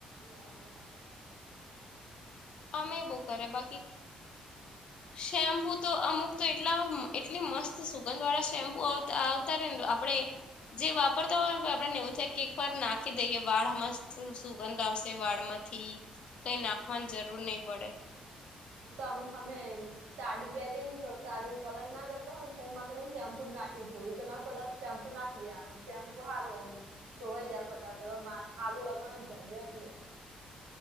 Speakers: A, on the right; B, on the left.
A: એવા બહુ નાટક કર
B: અમે બહુ કરયા બાકી શેમ્પુ તો અમુક તો એટલા એટલી મસ્ત સુગંધ વાળા શેમ્પુ આવ આવતા રે આપણે જે વાપરતા હોય આપણને એવું થાય કે એક વાર નાખી દઈએ વાળ મસ્ત સુગંધ આવશે વાળમાં થી કઈ નાખવાની જરૂર નહી પડે
A: હું તો અમુક હમે સાડી પહેરીએ ને તો સાડી નું કલર ના જતો હોય ને તે એના માટે હું શેમ્પૂ જ નાખી ધોવી તો ના પડે શેમ્પુ નાખી દેવાનું શેમ્પુ હારવાનું તો વઈ જા ફટાફટ મા હાબું લગાવવાની ઝંઝટ નહી